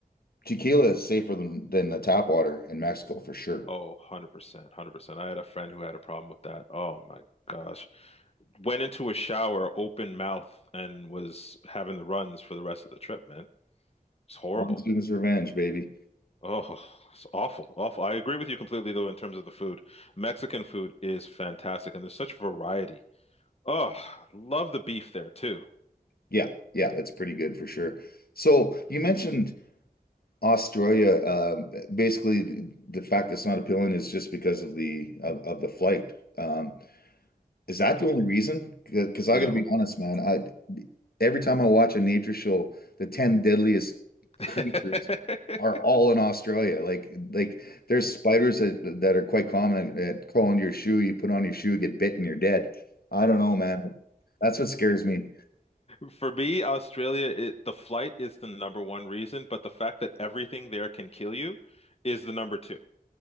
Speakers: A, on the left; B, on the left.
A: Tequila is safer than than the tap water in Mexico for sure.
B: Oh, 100%, 100%. I had a friend who had a problem with that. Oh my gosh. Went into a shower open mouth and was having the runs for the rest of the trip, man. It's horrible.
A: Montezuma's Revenge, baby.
B: Oh, it's awful, awful. I agree with you completely though in terms of the food. Mexican food is fantastic and there's such variety. Oh, love the beef there too.
A: Yeah, yeah, it's pretty good for sure. So you mentioned Australia. Um, basically, the fact that it's not appealing is just because of the of, of the flight. Um, Is that
B: Mhm.
A: the only reason? Because I
B: No.
A: got to be honest, man. I every time I watch a nature show, the 10 deadliest
B: <laughs>
A: creatures are all in Australia. Like like there's spiders that, that are quite common that crawl into your shoe. You put on your shoe, get bitten, you're dead. I don't know, man. That's what scares me.
B: For me, Australia, it, the flight is the number one reason, but the fact that everything there can kill you is the number two.